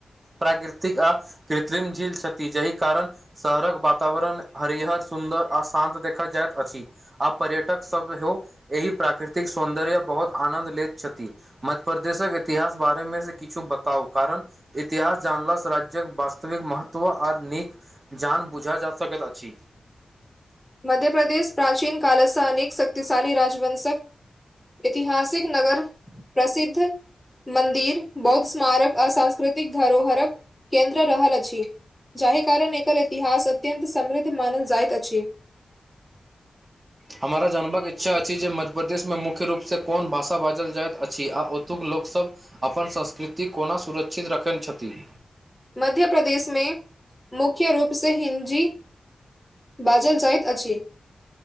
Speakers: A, on the right; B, in the centre.
A: प्राकृतिक आ कृत्रिम झील छथि जहि कारण शहरक वातावरण हरिहर, सुन्दर आ शान्त देखअ जाइत अछि। आ पर्यटक सभहो एहि प्राकृतिक सौन्दर्य बहुत आनन्द लेैत छथि। मध्प्रदेशक इतिहास बारेमे से किछु बताउ कारण इतिहास जानला सँ राज्यक वास्तविक महत्व आर नीक जान बुझा जा सकैत अछि।
B: मध्य प्रदेश प्राचीन काल सौ अनेक शक्तिशाली राज्य वयस्क इतिहासिक नगर प्रसिद्ध मंदिर बहुत स्मारक आ सांस्कृतिक धरोहरक केन्द्र रहल अछि। जाहि कारण एकर इतिहास अत्यंत समृद्ध मानल जाइत अछि।
A: हमरा जानबक इच्छा अछि जे मध्यप्रदेश मे मुख्य रूप सँ कोन भाषा बाजल जाइत अछि आ ओतुक लोकसभ अपन संस्कृति कोना सुरक्षित रखै छथिन।
B: मध्य प्रदेश मे मुख्य रूप से हिंजी बाजल जाइत अछि।